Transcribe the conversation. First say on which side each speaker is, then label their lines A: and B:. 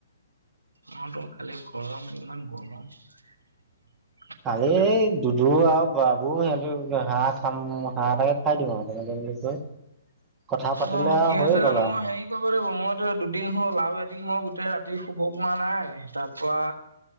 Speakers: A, on the right; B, on the right.
A: মইতো কালী গৰম ইমান গৰমত
B: কালি এই দুদু আৰু বাবু সিহঁতে বোলে হাঁহ খাম হাঁহ এটাকে খাই দিওঁ আৰু তেনেকে সেইবুলি কৈ কথা পাতিলে
A: অ',
B: আৰু
A: কি
B: হৈয়ে
A: হৈছে
B: গ'ল
A: জানো
B: আৰু
A: মই হেৰি কৰিব লাগিব মইতো দুদিন হ'ল আৰু এদিন মই গোটেই ৰাতি শুব পুৱা নাই তাৰ পৰা,